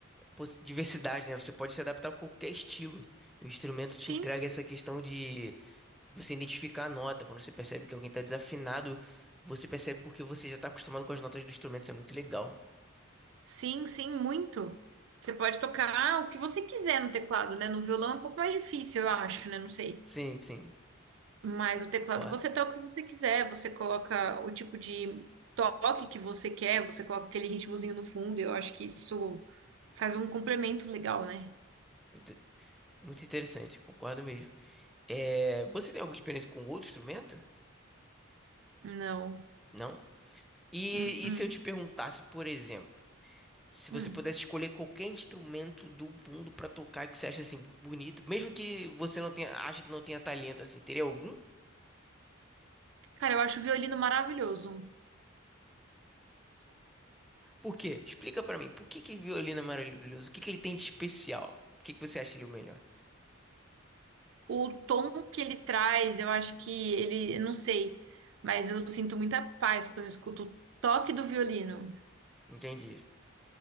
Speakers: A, in the centre; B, on the right.
A: poss- diversidade, né? Você pode se adaptar a qualquer estilo. O instrumento te
B: Sim,
A: entrega essa questão de você identificar a nota, quando você percebe que alguém está desafinado, você percebe porque você já está acostumado com as notas do instrumento, isso é muito legal.
B: sim, sim, muito. Você pode tocar o que você quiser no teclado, né? No violão é um pouco mais difícil, eu acho, né? Não sei.
A: Sim, sim,
B: Mas o teclado
A: concordo.
B: você toca o que você quiser, você coloca o tipo de toque que você quer, você coloca aquele ritmozinho no fundo, e eu acho que isso faz um complemento legal, né?
A: Muito, muito interessante, concordo mesmo. É, você tem alguma experiência com outro instrumento?
B: Não.
A: Não? E,
B: Hum, hum,
A: e se eu te perguntasse, por exemplo, se
B: hum.
A: você pudesse escolher qualquer instrumento do mundo pra tocar que você acha assim bonito, mesmo que você não tenha, acha que não tenha talento assim, teria algum?
B: Cara, eu acho o violino maravilhoso.
A: Por quê? Explica pra mim. Por que que violino é maravilhoso? O que que ele tem de especial? Por que que você acha ele é o melhor?
B: O tom que ele traz, eu acho que ele, eu não sei, mas eu sinto muita paz quando eu escuto o toque do violino.
A: Entendi.